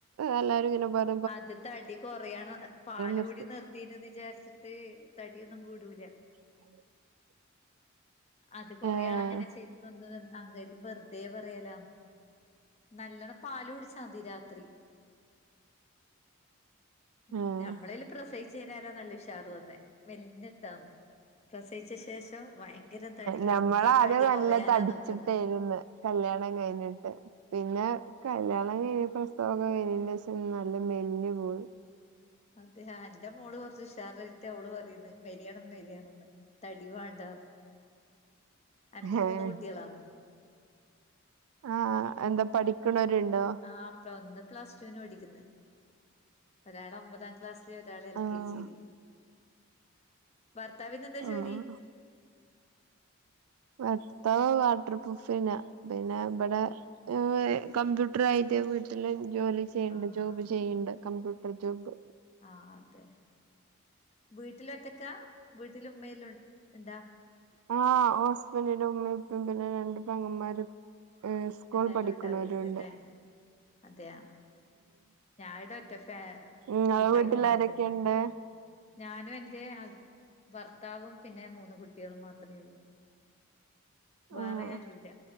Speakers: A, on the right; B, on the left.
A: എല്ലാരുംങ്ങനെ പർ
B: അത് തടി കൊറയാണ് പാല
A: നിർത്തി
B: കൂടി നിർ തീനു ന്ന് ചാര്ച്ചിട്ട് തടിയൊന്നും കൂടൂല
A: <inaudible>
B: അത് കൊറെ
A: ഏഹ്
B: ആൾ അങ്ങനെ ചെയ്ത് തൊന്ന് അങ്കല് വെറുതേ പറയലാ നല്ലണം പാല് കുടിച്ചാ മതി രാത്രി ഉം
A: ആഹ്
B: ഞമ്മളേല് പ്രശ് പ്രസയിച്ച് കയിഞ്ഞാലൊ നല്ല ഉഷാറു ആന്ന്. മെലിഞ്ഞിട്ടോ പ്രസയിച്ച ശേഷം ഭയങ്കര തടി വന്ന്
A: ഞമ്മളാദ്യം
B: പിന്നെ ആ തടി
A: നല്ല
B: കൊറയാനാ
A: തടിച്ചിട്ടേര്ന്ന്
B: നോക്കുന്നെ
A: കല്യാണം കഴിഞ്ഞിട്ട് പിന്നെ കല്യാണം കഴിഞ്ഞ് പ്രസവൊക്കെ കഴിഞ്ഞീൻ്റേഷം നല്ല മെല്ഞ്ഞ് പോയി.
B: അതെ ആഹ് എന്റെ മോള് കുറച്ച് ഉഷാറ് ആയിട്ടവള് പറയ്ണ് മെലിയണം മെലിയണംന്ന് തടി വാണ്ട എനെക്ക്
A: ഏഹ്
B: മൂന്ന് കുട്ടികളാന്ന്.
A: ആ എന്താ പഠിക്കണരുണ്ടോ
B: ആഹ് പ്ള ഒന്ന് പ്ലസ് ടു വിന് പഠിക്കുന്ന് ഒരാള് ഒമ്പതാം ക്ലാസ്സില് ഒരാള് എൽ
A: ആഹ്
B: കെ ജി ല് ഭർത്താവിന് എന്താ ജോലി?
A: ആഹ് ഭർത്താവ് വാട്ടർ പ്രൂഫ് നാ പിന്നെ ഇബടെ ഏഹ് കമ്പ്യൂട്ടർ ആയിട്ട് വീട്ടിൽ ജോലി ചെയ്യ്ണ്ട്
B: ആഹ്
A: ജോബ് ചെയ്യ്ണ്ട് കമ്പ്യൂട്ടർ ജോബ്
B: ആഹ് അതെ. വീട്ടില ഒറ്റക്കാ? വീട്ടില് ഉമ്മയെല്ലും ഉണ്ടാ?
A: ആഹ് ഓഹ് ഹസ്ബൻ്റിൻ്റെ ഉമ്മയും ഇപ്പിം പിന്നെ രണ്ടു പെങ്ങമ്മാരും ഏഹ് സ്കൂൾ
B: എല്ലാരും
A: പഠിക്ക്ണോരൂണ്ട്
B: ഉണ്ടാവുമായിരിക്കും അല്ലേ അതെയാ. ഞായിടെ ഒറ്റ ഫേ
A: നിങ്ങളെ
B: കുടുംബായിട്ട്
A: വീട്ടിൽ
B: നിൽക്കുന്നെയാന്ന്.
A: ആരൊക്കെയുണ്ട്
B: ഞാനും എൻ്റെ ഹസ് ഭർത്താവും പിന്നെ മൂന്ന് കുട്ടികളും മാത്രേ ഒള്ളു വേറെ
A: ആഹ്
B: ആരൂല്ല.